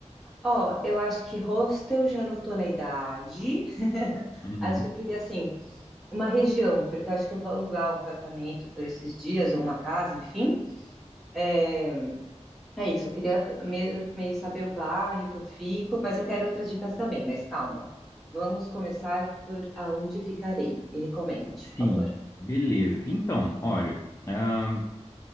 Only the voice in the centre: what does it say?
Ó, eu acho que hostel já não tô na idade. <laughs>
Acho que eu queria, assim, uma região, porque eu acho que eu vou alugar um apartamento por esses dias, ou uma casa, enfim. É, é isso, eu queria meio, meio saber o bairro que eu fico, mas eu quero outras dicas também, mas calma. Vamos começar por aonde ficarei. Me recomende, por
favor.